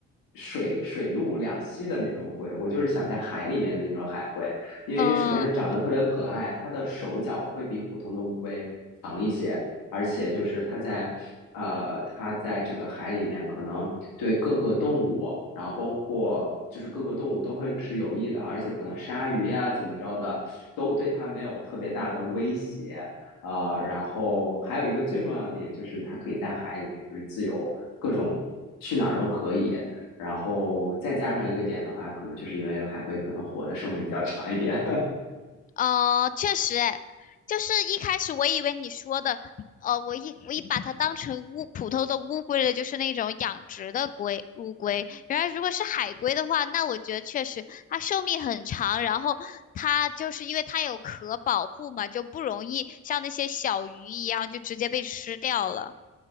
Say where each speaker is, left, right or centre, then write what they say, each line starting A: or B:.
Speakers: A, on the left; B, on the left.
A: 水水陆两栖的那种龟，我就是想在海里面的那种海龟，因为首先它长得特别可爱，
B: 嗯，
A: 它的手脚会比普通的乌龟长一些，而且就是它在呃，它在这个海里面可能对各个动物，然后包括就是各个动物都会是有益的，而且可能鲨鱼呀怎么着的都对它没有特别大的威胁。啊呃，然后还有一个最重要的点就是它可以在海里面就是自由各种去哪儿都可以。然后再加上一个点的话，可能就是因为海龟可能活的寿命比较长一点，
B: 呃，确实，哎，就是一开始我以为你说的，呃，我一我一把它当成乌普通的乌龟了，就是那种养殖的龟乌龟。原来如果是海龟的话，那我觉得确实它寿命很长，然后它就是因为它有壳保护嘛，就不容易像那些小鱼一样就直接被吃掉了。